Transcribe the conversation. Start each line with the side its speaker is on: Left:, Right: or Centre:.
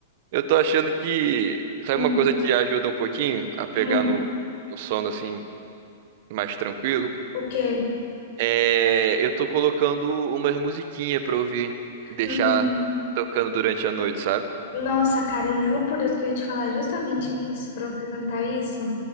Right: eu tô achando que, sabe
Left: Hum,
Right: uma coisa que ajuda um pouquinho a pegar
Left: hum,
Right: no, no sono assim, mais tranquilo?
Left: o quê?
Right: É, eu tô colocando umas musiquinhas pra ouvir e deixar
Left: Hum,
Right: tocando durante a noite, sabe?
Left: nossa, cara, eu juro por Deus que eu ia te falar justamente isso, pra você cantar isso.